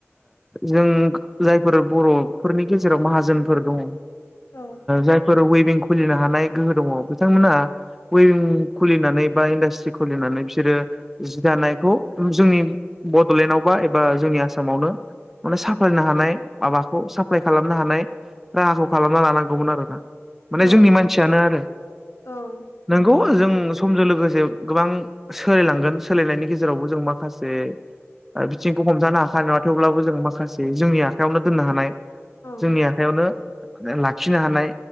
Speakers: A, in the centre; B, on the left.
A: जों जायफोर बर'फोरनि गेजेराव माहाजोनफोर दङ
B: औ
A: जायफोर वइ भिं खुलिनो हानाय गोहो दङ बिथांमोनहा वइभिं खुलिनानै बा इन्डास्ट्रि खुलिनानै बिसोरो जि दानायखौ जोंनि बड'लेण्डआवबा एबा जोंनि आसामावनो माने साफ्लायनो हानाय माबाखौ साप्लाय खालामनो हानाय राहाखौ खालामना लानांगौमोन आरो ना माने
B: औ
A: जोंनि मानसियानो आरो
B: औ
A: नंगौ
B: ओम
A: जों समजों लोगोसे गोबां सोलायलांगोन सोलायनायनि गेजेरावबो जों माखासे बिथिंखौ हमजानो हाखानाय नङा थेवब्लाबो जों माखासे जोंनि आखायावनो दोननो हानाय
B: औ
A: जोंनि आखयावनो लाखिनो हानाय